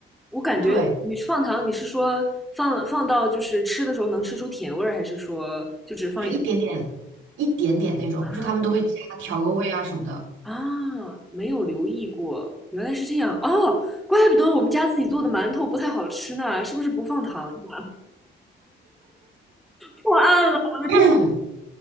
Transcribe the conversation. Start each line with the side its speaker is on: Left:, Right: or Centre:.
Centre: 我感觉你放糖，
Right: 对，
Centre: 你是说放放到就是吃的时候能吃出甜味儿，还是说就只放一点？
Right: 就是一点点一点点那种，
Centre: 啊
Right: 就他们都会加调个味啊什么的。
Centre: 啊，没有留意过，原来是这样哦，怪不得我们家自己做的馒头不太好吃呢，是不是不放糖啊破案了，我的天
Right: <coughs>